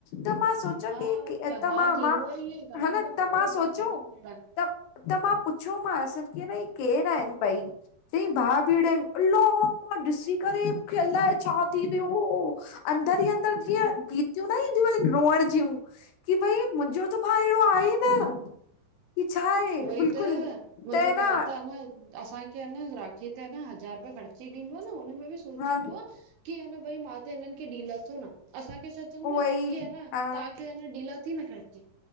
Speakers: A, on the left; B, on the right.
A: त मां सोचा
B: हा
A: कि, त
B: हा
A: मां-
B: थींदो
A: मां,
B: आ ईअं घणेनि
A: हन
B: जा भाउर
A: त मां सोचो
B: भाउरनि में अहिड़ा आहिनि
A: त, त मां पुछ्योमांस कि हन हि केरु आहिन ॿई? चई भा- भेंण आहिन, अल्ला मां ॾिसी करे मूंखे अलाए छा थी वियो, अंदर ई अंदर, जीअं ॻीतियूं न ईंदियूं आहिन रुअण जिंयूं। कि भई मुंहिंजो त भाअहिड़ो आहे ई न की छा आहे
B: उहो ई
A: बिल्कुलु
B: त, मुंहिंजो
A: त न
B: भाउ त ह न असांखे ह न राखीअ ते ह न हजार रुपिया ख़र्ची ॾींदो आ न हुन में बि सोचींदो
A: हा
B: आ की अ न भई मां त हिनन खें ॾी लाथो न। असांखे छा चअंदो
A: उहा
B: आ
A: ई
B: कि ह न
A: हा
B: तव्हांखें ॾी लाथी न ख़र्ची।